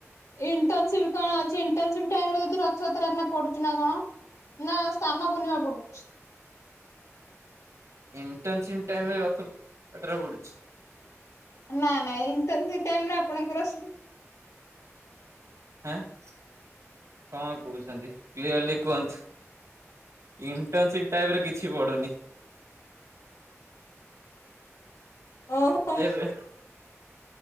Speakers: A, on the left (about 80°); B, on the right (about 70°).
A: ଇଣ୍ଟର୍ନସିପ୍ କଣ ଅଛି ଇଣ୍ଟର୍ନସିପ୍ ଟାଇମ୍ ରେ ଯଦି ରଥଯାତ୍ରା ଏଇନା ପଡୁଛି ନା କଣ। ନା ସ୍ନାନ ପୁର୍ଣିମା ପଡୁଛି।
B: ଇଣ୍ଟର୍ନସିପ୍ ଟାଇମ୍ ରେ ରଥ ଯାତ୍ରା ପଡୁଛି।
A: ନା ନା ଇଣ୍ଟର୍ନସିପ୍ ଟାଇମ୍ ରେ ଆପଣଙ୍କର
B: ଆଁ କଣ କହୁଛନ୍ତି କ୍ଲିୟରଲି କୁହନ୍ତୁ। ଇଣ୍ଟର୍ନସିପ୍ ଟାଇମ୍ ରେ କିଛି ପଡୁନି।
A: ଓହୋ।
B: ଏବେ